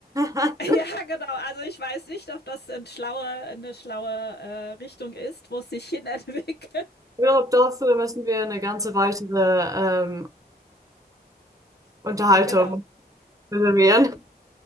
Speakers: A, on the right; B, on the left.
A: <laughs>
B: <laughs> Ja, genau. Also ich weiß nicht, ob das ein schlaue, eine schlaue äh, Richtung ist, wo es sich hin entwickelt.
A: Ich glaube, dafür müssen wir eine ganze weitere ähm,
B: <laughs>
A: Unterhaltung
B: Genau.
A: reservieren.